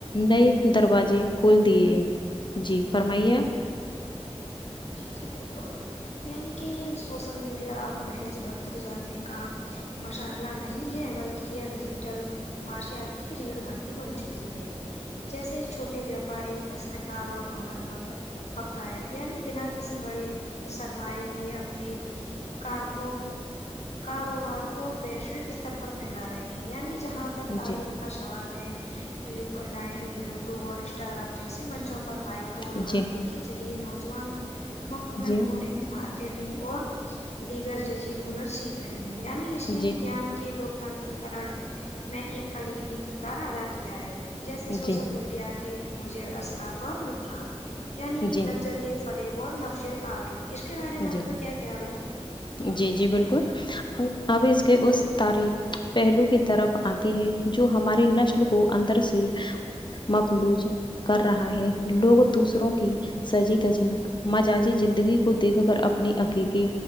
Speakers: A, on the left; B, on the left.
A: نئے دروازے کھول دیے ہیں جی فرمائیے آپ
B: جی جی بالکل یعنی کہ سوسل میڈیا وہ محض وقت گزارنے کا مشغلہ نہیں ہے بلکہ کی یہ ڈیجیٹل معاشیات کی ریڑھ ہڈی بن چکی ہے جیسے چھوٹے ویاپاری دستکار اور ہنرمند یعنی بنا کسی بڑے سرمائے نے اپنے کار کو کاروبار کو ویشوک استر پر پھیلا رہے ہیں یعنی جہاں تک تعلیم
A: جی
B: کا سوال ہے یوٹیوب اور انسٹاگرام جیسے من چاہے مائکرو
A: جی
B: لرننگ کے ذریعے نوجوان مفت میں
A: جی
B: کوی مارکیٹنگ اور دیگر جدید ہنر سیکھ یعنی اسنے
A: جی جی
B: گیان کے لوگ تنترییکن میں ایک کلیدی کردار ادا کیا ہے جیسے سوشل
A: جی
B: میڈیا کہ مضر اثرات اور نقصان یعنی
A: جی
B: کہ لگ جدید فریب اور نفرت آر اس کے بارے میں
A: جی
B: آپ کا کیا خیال ہے
A: جی جی بالکل آب اس کے اس تاریک پہلو کی طرف آتے ہیں جو ہماری نسل کو اندر سے مفلوج کر رہا ہے لوگ دوسروں کی سجی دھجی مزاجی زندگی کو دیکھ کر اپنی حقیقی